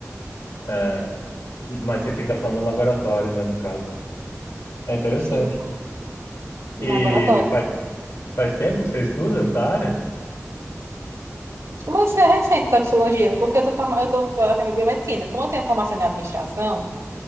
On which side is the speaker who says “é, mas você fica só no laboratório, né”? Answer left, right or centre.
Left